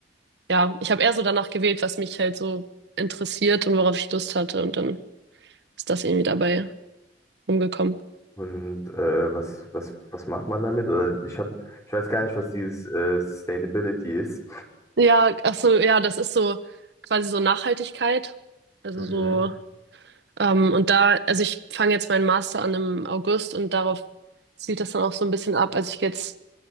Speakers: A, on the right (about 65°); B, on the left (about 15°).
A: ja, ich habe eher so danach gewählt, was mich halt so interessiert und worauf ich Lust hatte. Und dann ist das irgendwie dabei rumgekommen.
B: Und äh, was, was, was macht man damit? Oder ich hab, ich weiß gar nicht, was dieses äh, Sustainability ist.
A: Ja, ach so, ja, das ist so quasi so Nachhaltigkeit. Also
B: Mhm.
A: so, ähm, und da, also ich fange jetzt meinen Master an im August und darauf zielt das dann auch so ein bisschen ab. Also ich gehe jetzt